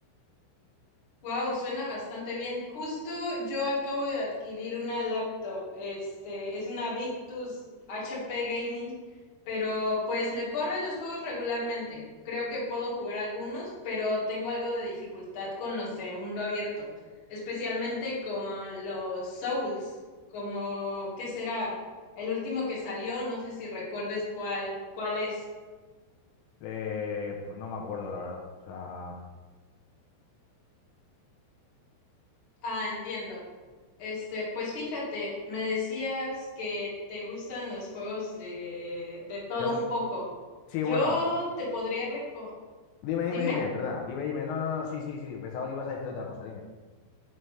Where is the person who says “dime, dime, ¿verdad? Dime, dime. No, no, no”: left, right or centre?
Left